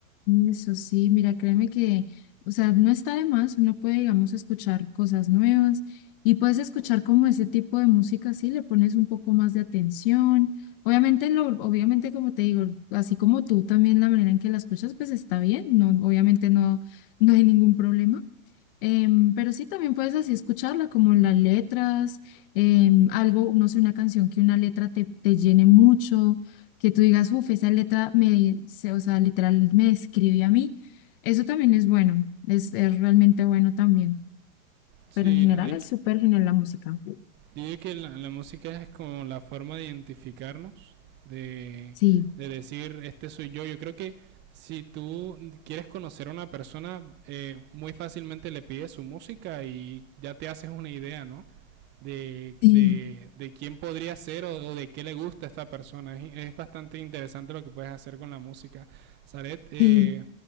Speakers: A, on the left; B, on the right.
A: eso sí, mira, créeme que, o sea, no está de más, uno puede, digamos, escuchar cosas nuevas y puedes escuchar como ese tipo de música, sí, le pones un poco más de atención. Obviamente, lo, obviamente, como te digo, así como tú también la manera en que la escuchas, pues está bien, no, obviamente no, no hay ningún problema, Em, pero sí, también puedes así escucharla como en las letras, em, algo, no sé, una canción que una letra te, te llene mucho, que tú digas, uff, esa letra me, se- o sea, literal me describe a mí. Eso también es bueno, es, es realmente bueno también.
B: Sí,
A: Pero en general
B: hay,
A: es súper genial la música.
B: Yo digo que la, la música es como la forma de identificarnos, de,
A: Sí,
B: de decir, este soy yo. Yo creo que si tú quieres conocer a una persona, eh, muy fácilmente le pides su música y ya te haces una idea, ¿no? De,
A: sí,
B: de, de quién podría ser o, o, de qué le gusta a esta persona. Es, es, bastante interesante lo que puedes hacer con la música. Saret, eh,
A: sí.